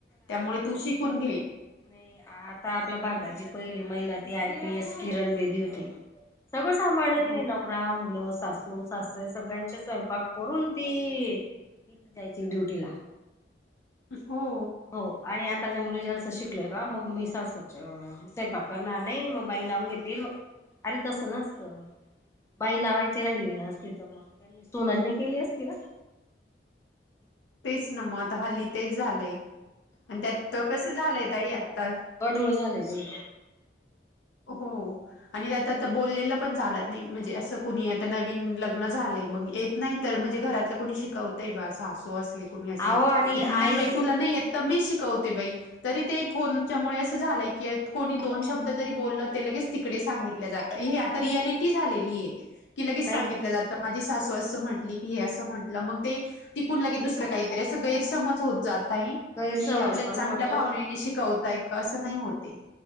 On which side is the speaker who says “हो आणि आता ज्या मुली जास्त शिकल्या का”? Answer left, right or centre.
Left